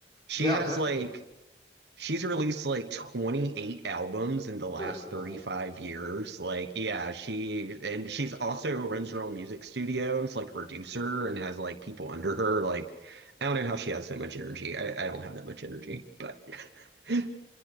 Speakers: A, on the right; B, on the left.
A: She
B: Yeah, I'll
A: has
B: definitely.
A: like She's released like 28 albums in the last
B: Good God.
A: 35 years. Like, yeah, she and she's also runs her own music studio. It's like a producer and has like people under her. Like, I don't know how she has so much energy. I, I don't have that much energy, but <laughs>